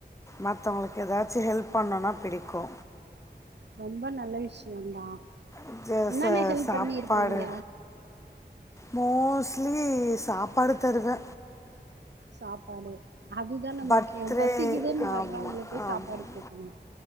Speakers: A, on the left (about 15°); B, on the right (about 80°).
A: மத்தவங்களுக்கு எதாச்சு ஹெல்ப் பண்ணனுன்னா பிடிக்கு
B: ரொம்ப நல்ல விஷ்யந்தா
A: இது
B: என்னானே
A: ச-
B: ஹெல்ப்
A: சாப்பாடு
B: பண்ணி இருக்கீங்க
A: மோஸ்ட்லி சாப்பாடு தருவே
B: சாப்பாடு அதுதான
A: பர்த்டே
B: முக்கியம் பசிக்குதுன்
A: ஆமாம்
B: வர்றவங்களுக்கு
A: ஆமாம்
B: சாப்பாடு குடுக்கணு